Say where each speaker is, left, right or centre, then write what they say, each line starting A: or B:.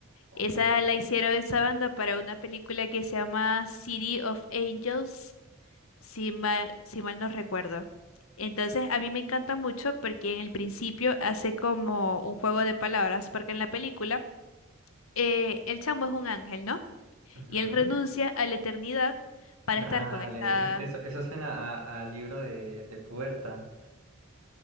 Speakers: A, on the right; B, on the left.
A: Ok.
B: Esa la hicieron esa banda para una película que se llama City of Angels, si mal, si mal no recuerdo. Entonces, a mí me encanta mucho porque en el principio hace como un juego de palabras, porque en la película eh, el chamo es un ángel, ¿no?
A: ujú.
B: Y él renuncia a la eternidad para
A: Dale,
B: estar con esta...
A: es- eso, eso suena a, a libro de, de puerta,